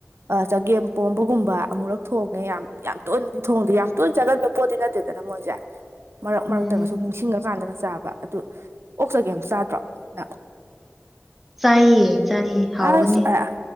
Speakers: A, on the right (about 65°); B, in the centre.
A: ꯑꯥ ꯆꯒꯦꯝꯄꯣꯝꯕꯒꯨꯝꯕ ꯑꯃꯨꯔꯛ ꯊꯣꯡꯉꯦ ꯌꯥꯝ ꯌꯥꯝ ꯇꯣꯏꯅꯗꯤ ꯊꯣꯡꯗꯦ ꯌꯥꯝ ꯇꯣꯏ ꯆꯥꯒꯟꯕ ꯄꯣꯠꯇꯤ ꯅꯠꯇꯦꯗꯅ ꯃꯣꯏꯖꯦ ꯃꯔꯛ ꯃꯔꯛꯇꯒ
B: ꯎꯝ
A: ꯁꯨꯝ ꯅꯤꯡꯁꯤꯡꯉꯥ ꯀꯥꯟꯗꯒ ꯆꯥꯕ ꯑꯗꯨ ꯑꯣꯛ ꯆꯒꯦꯝ ꯆꯥꯗ꯭ꯔꯣ ꯅꯥ
B: ꯆꯥꯏꯌꯦ ꯆꯥꯏꯌꯦ ꯍꯥꯎꯕꯅꯦ
A: ꯑꯁ ꯑꯥ